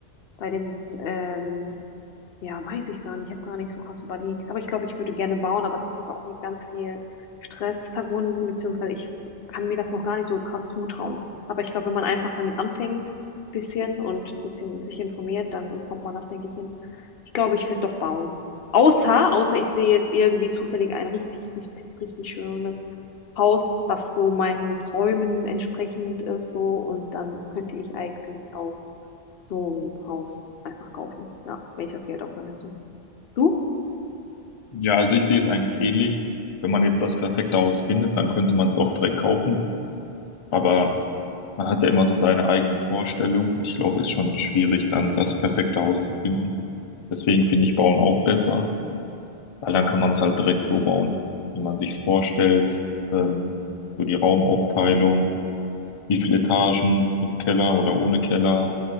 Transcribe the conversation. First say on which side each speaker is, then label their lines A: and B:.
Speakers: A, on the left; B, on the left.
A: Bei dem ähm, ja, weiß ich gar nicht. Ich habe gar nicht so krass überlegt. Aber ich glaube, ich würde gerne bauen, aber das ist auch mit ganz viel Stress verbunden, beziehungsweise ich kann mir das noch gar nicht so krass zutrauen. Aber ich glaube, wenn man einfach damit anfängt, bisschen und bisschen sich informiert, dann kommt man das, denke ich, hin. Ich glaube, ich würde doch bauen. Außer, außer ich sehe jetzt irgendwie zufällig ein richtig, richtig, richtig schönes Haus, was so meinen Träumen entsprechend ist, so. Und dann könnte ich eigentlich auch so ein Haus einfach kaufen. Ja, wenn ich das Geld auch dann hätte. Du?
B: Ja, also ich sehe es eigentlich ähnlich. Wenn man jetzt das perfekte Haus findet, dann könnte man es auch direkt kaufen. Aber man hat ja immer so seine eigenen Vorstellungen und ich glaube, es ist schon schwierig, dann das perfekte Haus zu finden. Deswegen finde ich Bauen auch besser. Weil dann kann man es halt direkt
A: Mhm.
B: so bauen, wie man sich's vorstellt. Ähm, so die Raumaufteilung, wie viele Etagen mit Keller oder ohne Keller,